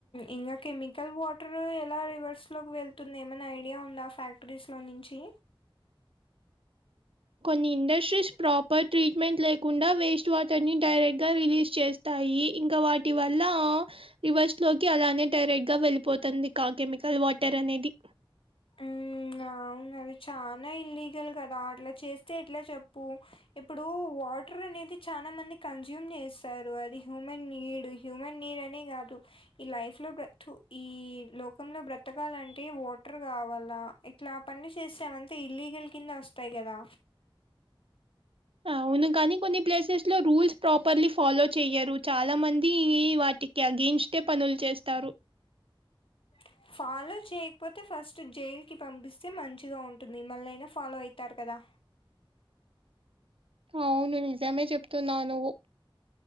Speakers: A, on the left; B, on the right.
A: ఇంకా కెమికల్ వాటర్ ఎలా రివర్స్లోకి వెళ్తుంది ఏమనా ఐడియా ఉందా ఫ్యాక్టరీస్లో నుంచి.
B: కొన్ని ఇండస్ట్రీస్ ప్రాపర్ ట్రీట్మెంట్ లేకుండా వేస్ట్ వాటర్ ని డైరెక్ట్ గా రిలీజ్ చేస్త. వస్తాయి ఇంకా వాటి వల్ల. రివర్స్ లోకి అలానే డైరెక్ట్ గా వెళ్ళిపోతుంది కా కెమికల్ వాటర్ అనేది.
A: ఉ అవున అది చనా ఇల్లీగల్ కదా అట్లా చేస్తే ఎట్లా చెప్పు. ఇప్పుడు వాటర్ అనేది చాలా మంది కన్జ్యూమ్ చేస్తారు అది హ్యూమన్ నీడ్. హ్యూమన్ నీడ్ అనే కాదు. ఈ లైఫ్ లో బ్ర ఈ లోకంలో బ్రతకాలంటే వాటర్. రావాలా ఇట్లా పని చేసేమంతా ఇల్లీగల్ కింద వస్తాయి కదా.
B: అవును కాని కొన్ని ప్లేసెస్ లో రూల్స్ ప్రాపర్లీ ఫాలో చెయ్యరు చాలా మంది వాటి. ఎగైనిస్ట్టే పనులు చేస్తారు.
A: స ఫాలో చేయకపోతే ఫస్ట్ జైల్కి పంపిస్తే మంచిగా ఉంటుంది మళ్ళయినా ఫాలో అవుతారు కదా.
B: అవును నిజమే చెప్తున్నా నువ్వు.